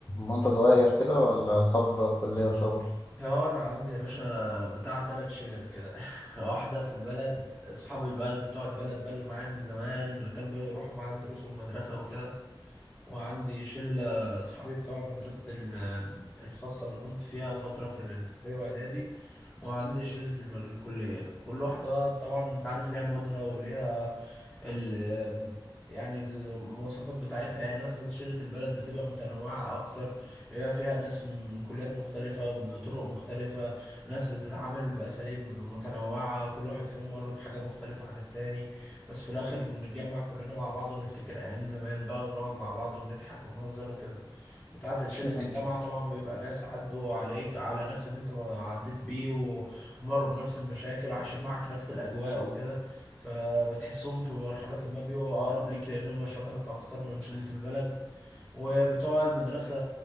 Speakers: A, on the left (about 30°); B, in the centre.
A: وانت صغير كده ولا اصحاب كلية وشغل؟
B: اه انا عندي يا باشا بتاع تلات شلل كده <laughs> واحده في البلد اصحاب البلد بتوع البلد بقى اللي معايا من زمان اللي كانوا بيروحوا معايا الدروس والمدرسه وكده وعندي شله اصحابي بتوع مدرسه ال- الخاصه اللي كنت فيها فتره في الابتدائي واعدادي وعندي شلة الم- الكلية كل واحدة بقى طبعا انت عارف ليها مودها وليها ال يعني المواصفات بتاعتها يعني مثلا شيرة البلد بتبقى متنوعة أكتر بيبقى فيها ناس من كليات مختلفة بطرق مختلفة ناس بتتعامل بأساليب متنوعة كل واحد فيهم مر بحاجة مختلفة عن التاني بس في الآخر بنتجمع كلنا مع بعض ونفتكر أيام زمان بقى ونقعد مع بعض ونضحك ونهزر وكده بتاعة شلة
A: ايه
B: الجامعة طبعا بيبقى ناس عدوا عليك على نفس اللي انت ما عديت بيه ومروا بنفس المشاكل وعايشين معاك نفس الأجواء وكده فبتحسهم في مرحلة ما بيبقوا أقرب ليك لأنهم شبهك أكتر من شلة البلد وبتوع المدرسة